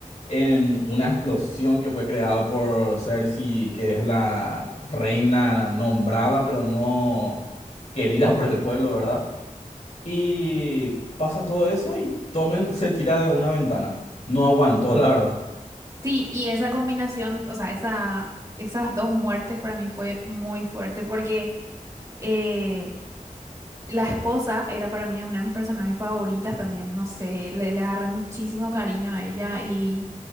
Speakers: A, on the left; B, on the right.
A: en una explosión que fue creada por Cersei, que es la reina nombrada, pero no querida por el pueblo, ¿verdad? Y pasa todo eso y Tommen se tira de una ventana. No aguantó, la verdad.
B: Sí, y esa combinación, o sea, esa, esas dos muertes para mí fue muy fuerte porque eh, la esposa era para mí una de mis personajes favoritas también, no sé, le, le agarré muchísimo cariño a ella y,